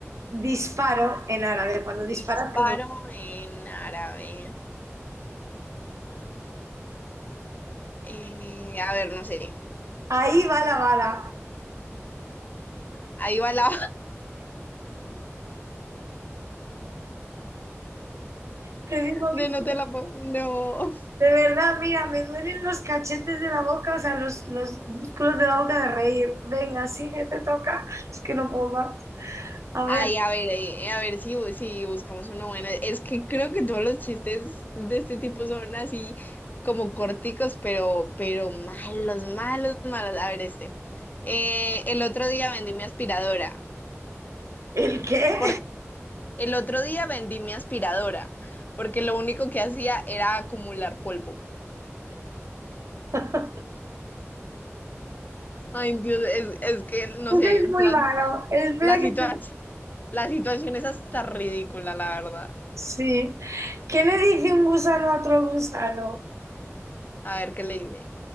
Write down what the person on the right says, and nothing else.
Disparo en árabe, cuando
disparas con un...
Ahí va la bala.
Te digo,
¿viste?
De verdad, mira, me duelen los cachetes de la boca, o sea, los, los músculos de la boca de reír. Venga, sigue, te toca. Es que no puedo más. A ver,
¿el qué?
<laughs>
Pues
es muy
malo. Espera
que te...
Sí. ¿Qué le dice un gusano a otro gusano?